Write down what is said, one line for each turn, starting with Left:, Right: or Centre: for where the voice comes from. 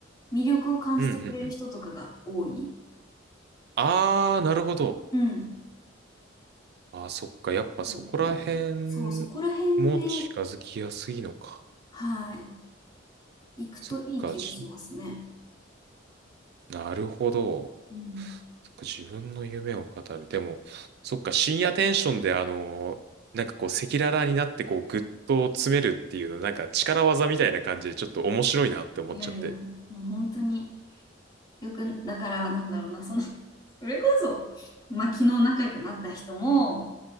Left: 魅力を感じてくれる人とかが多い。
Right: うんうんうん。ああ、なるほど。
Left: うん。
Right: ああ、そっか。やっぱそこら辺も近づきやすいのか。
Left: そうですね。そう、そこら辺で、はい、行くといい気がしますね。
Right: そっか。じなるほど。
Left: うん。
Right: そっか自分の夢を語る。でも、そっか、深夜テンションで、あのーなんかこう、赤裸々になって、こう、ぐっと詰めるっていうの、なんか力技みたいな感じで、ちょっと面白いなって思っちゃって。
Left: いやいや、もう本当によく、だからなんだろうな、その、<laughs> それこそ、まあ昨日仲良くなった人も、